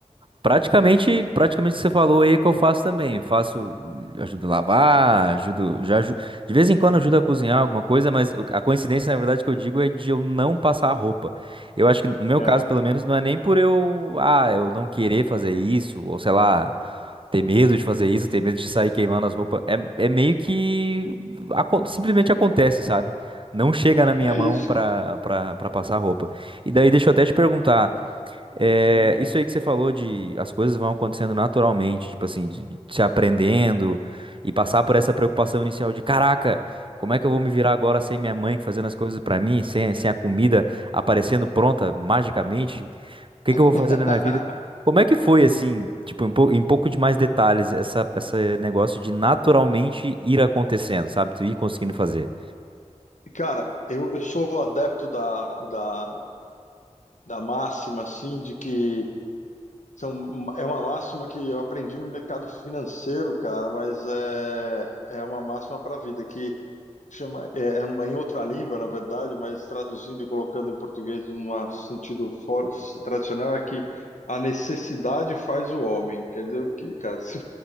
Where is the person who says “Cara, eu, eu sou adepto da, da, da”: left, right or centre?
Left